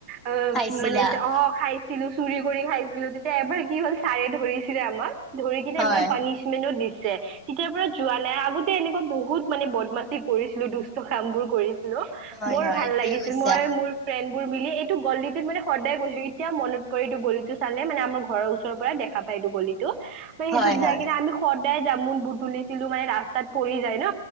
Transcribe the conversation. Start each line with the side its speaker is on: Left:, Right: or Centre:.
Right: অ
Centre: খাইছিলা
Right: মানে অ খাই ছিলো চুৰি কৰি খাইছিলো তেতিয়া এবাৰ কি হ'ল ছাৰে ধৰিছিলে আমাক। ধৰি কিনে
Centre: হয়
Right: ইমান পানিচমেন্টো দিছে তেতিয়াৰ পৰা যোৱা নাই আগতে এনে বহুত মানে বদমাচি কৰিছিলো দুষ্ট কাম বোৰ কৰি
Centre: হয়
Right: বৰ
Centre: হয়
Right: ভাল
Centre: ঠিকে
Right: লাগিছিল।
Centre: কৈছা
Right: মই মোৰ ফ্ৰেণ্ডবোৰ মিলি এইটো গলিটোত মানে সদায় গৈছিলো। এতিয়া মনত পৰি এই গলিটো চালে মানে আমাৰ ঘৰৰ। ওচৰৰ পৰা দেখা পায় এইটো গলিটো। সেইটোত
Centre: হয়
Right: যাই
Centre: হয়
Right: কিনে আমি সদায় জামুন বুটুলিছিলো মানে ৰাস্তাত পৰি যায় ন।